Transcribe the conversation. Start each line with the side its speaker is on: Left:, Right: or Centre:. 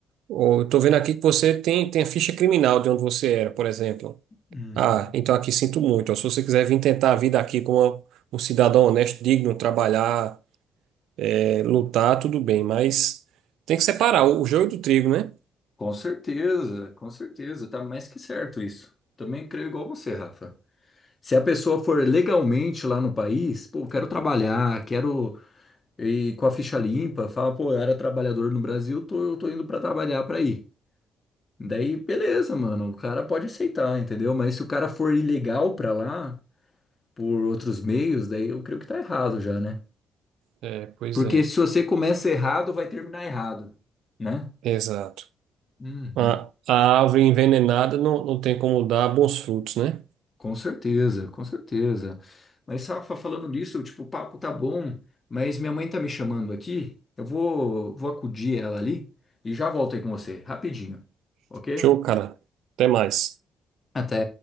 Right: Ou eu tô vendo aqui que você tem, tem a ficha criminal de onde você era, por exemplo.
Left: uhum.
Right: Ah, então aqui sinto muito. Ou se você quiser vir tentar a vida aqui como uma- um cidadão honesto, digno, trabalhar, é, lutar, tudo bem, mas tem que separar o o joio do trigo, né?
Left: Com certeza, com certeza, tá mais que certo isso. Também creio igual você, Rafa. Se a pessoa for legalmente lá no país, pô, quero trabalhar, quero ir com a ficha limpa, fala, pô, eu era trabalhador no Brasil, tô, eu tô indo pra trabalhar pra ir. Daí, beleza, mano, o cara pode aceitar, entendeu? Mas se o cara for ilegal pra lá, por outros meios, daí eu creio que tá errado já, né?
Right: É, pois
Left: Porque
Right: é.
Left: se você começa errado, vai terminar errado, né?
Right: Exato.
Left: Uhum.
Right: A, a árvore envenenada não, não tem como dar bons frutos, né?
Left: Com certeza, com certeza. Mas, Rafa, falando disso, tipo, o papo tá bom, mas minha mãe tá me chamando aqui. Eu vou, vou acudir ela ali e já volto aí com você, rapidinho, ok?
Right: Show, cara. Até mais.
Left: Até.